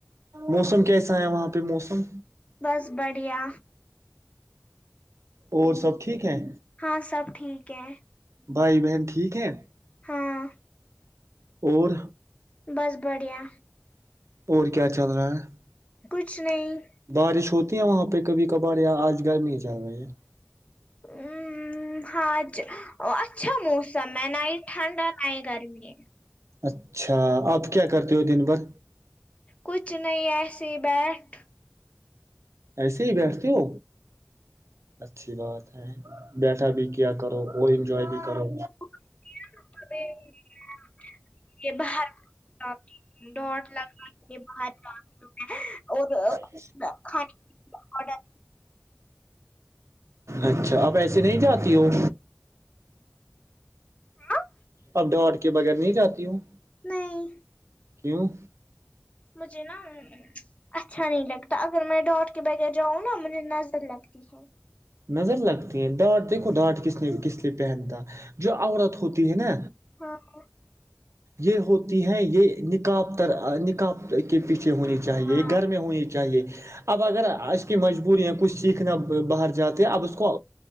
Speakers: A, on the right; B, on the left.
A: موسم کیسا ہے وہاں پہ موسم
B: بس بڑھیا
A: اور سب ٹھیک ہیں
B: ہاں سب ٹھیک ہے
A: بھائی بہن ٹھیک ہیں
B: ہاں
A: اور
B: بس بڑھیا
A: اور کیا چل رہا ہے
B: کچھ نہیں
A: بارش ہوتی ہے وہاں پہ کبھی کبار یہاں آج گار نہیں جا رہا یہ
B: ہ حج اچھا موسم ہے نائٹ ٹھنڈا <unintelligible> نہیں گرمی ہے
A: اچھا آپ کیا کرتے ہو دن بھر
B: کچھ نہیں ایسے بیٹھ <unintelligible>
A: ایسے ہی بیٹھتی ہ اچھی بات ہے بیٹھا بھی کیا کرو اور انجوائے بھی کرو
B: ا یہ باہر جاتی ہوں ڈٹ لگا کے باہر جی ہوں اور
A: ہ
B: کھانے کا آڈر
A: اچھا اب ایسے نہیں جاتی ہو
B: ہاں
A: اب ڈٹ کے بغیر نہیں جاتی ہوں
B: نہیں
A: کیوں
B: مجھے نا <unintelligible> اچھا نہیں لگتا اگر میں ڈاٹ کے بغیر جاؤں نا مجھے نظر لگتی ہے
A: نظر لگتی ہیں ڈانٹ دیکھو ڈانٹ کس نے کس لیے پہنتا جو عورت ہوتی ہے نا
B: ہاں
A: یہ ہوتی ہیں یہ نکاب تر نکاب کے پیچھے ہونی چاہیے
B: ہاں
A: گھر میں ہونی چاہیے اب اگر مجبوری ہے کچھ سیکھنا باہر جاتے ہیں اب اس کو